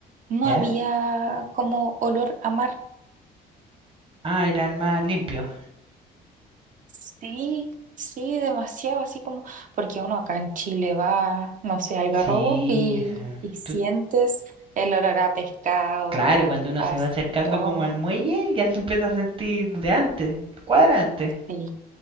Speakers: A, on the right (about 50°); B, on the right (about 30°).
A: no
B: ¿ya?
A: había como olor a mar.
B: Ah, eran más limpios.
A: Sí, sí, demasiado, así como, porque uno acá en Chile va, no sé, al Algarrobo
B: Sí,
A: y,
B: <laughs> eh,
A: y sientes
B: tú-
A: el olor a pescado,
B: claro,
A: a,
B: cuando uno
A: a-
B: se va acercando
A: oh,
B: como al muelle, ya se empieza a sentir de antes, cuadra antes.
A: sí,